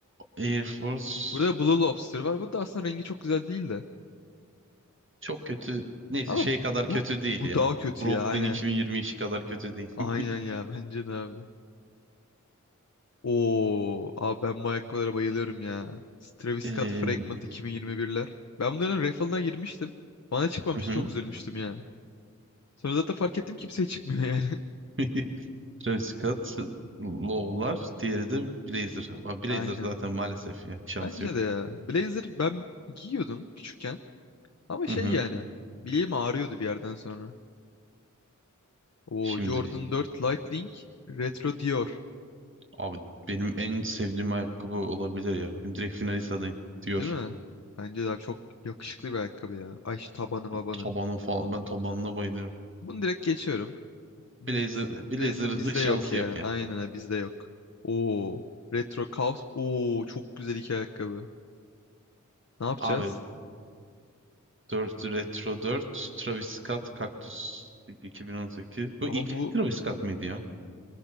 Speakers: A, on the right (about 40°); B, on the left (about 55°).
A: Air Force
B: Burada Blue Lobster var. Bu da aslında rengi çok güzel değil de.
A: çok kötü. Neyse
B: Ama
A: şey
B: bu,
A: kadar
B: bu,
A: kötü değil
B: bu
A: ya.
B: daha kötü
A: Brooklyn
B: ya. Hani.
A: 2022 kadar kötü değil.
B: Aynen
A: <laughs>
B: ya. Bence de abi. Oo, abi ben bu ayakkabılara bayılıyorum ya. Travis
A: Ee,
B: Scott Fragment 2021'ler. Ben bunların raffle'dan girmiştim. Bana çıkmamıştı
A: hı
B: çok
A: hı.
B: üzülmüştüm ya. Sonra zaten fark ettim kimseye çıkmıyor yani. <laughs>
A: <laughs> Travis Scott, Low'lar, diğeri de Blazer. Ama Blazer
B: Aynen.
A: zaten maalesef ya. Şansı
B: Bence
A: yok.
B: de ya. Blazer ben giyiyordum küçükken. Ama şey
A: Hı hı.
B: yani. Bileğim ağrıyordu bir yerden sonra. Oo,
A: Şimdi
B: Jordan 4 Light Link Retro Dior.
A: abi benim en sevdiğim ayakkabı olabilir ya. Benim direkt finalist adayım diyor.
B: Değil mi? Bence de abi çok yakışıklı bir ayakkabı ya. Ay şu tabanı mabanı.
A: Tabanı falan ben tabanına bayılıyorum.
B: Bunu direkt geçiyorum. Mid
A: Blazer Blazer'ın
B: Blazer bizde
A: <laughs> şansı
B: yok ya.
A: yok ya.
B: Aynen ha, bizde yok. Oo. Retro Chaos. Oo çok güzel iki ayakkabı. Ne yapacağız?
A: Abi 4 Retro 4 Travis Scott Cactus 2018. Bu
B: Ama
A: ilk
B: bu
A: Travis Scott mıydı ya?